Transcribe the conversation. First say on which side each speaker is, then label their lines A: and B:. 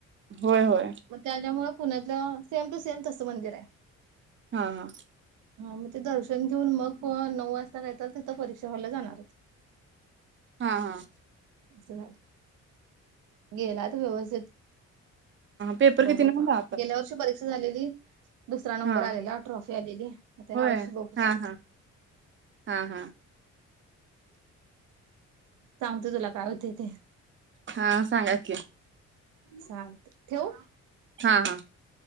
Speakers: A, on the right (about 40°); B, on the right (about 80°).
A: होय होय
B: मग त्याच्यामुळं पुण्यातलं सेम टू सेम तसं मंदिर आहे.
A: हा हा
B: हा म ते दर्शन घेऊन मग, नऊ वाजता कायतरी तिथं परीक्षा हॉलला जाणार होते.
A: हा हा
B: अस झालं गेलात व्यवस्थित?
A: हा पेपर
B: बघु
A: किती नऊला
B: आता, गेल्या वर्षी परीक्ष झालेली दुसरा
A: हा
B: नंबर आलेला, ट्रॉफी आलेली, म ते ह्या
A: होय
B: वर्षी बघु
A: हा
B: कायेते.
A: हा हा हा
B: सांगत तुला काय होतंय ते.
A: हा सांगा की.
B: चाल, ठेवु?
A: हा हा.